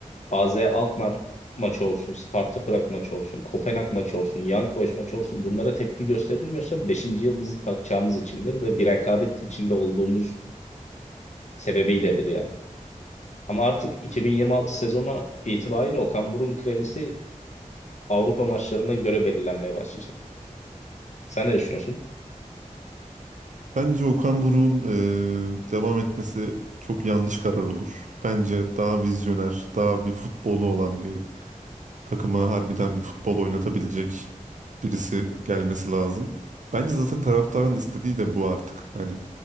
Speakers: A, on the left; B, on the right.
A: AZ Alkmaar maçı olsun, Sparta Prag maçı olsun, Kopenhag maçı olsun, Young Boys maçı olsun bunlara tepki gösterilmiyorsa beşinci yıldızı takacağımız içindir ve bir rekabet içinde olduğumuz sebebiyledir yani. Ama artık 2026 sezonu itibariyle Okan Buruk'un kredisi Avrupa maçlarına göre belirlenmeye başlayacak. Sen ne düşünüyorsun?
B: Bence Okan Buruk'un e, devam etmesi çok yanlış karar olur. Bence daha vizyoner, daha bir futbolu olan bir takıma harbiden bir futbol oynatabilecek birisi gelmesi lazım. Bence zaten taraftarın istediği de bu artık. Hani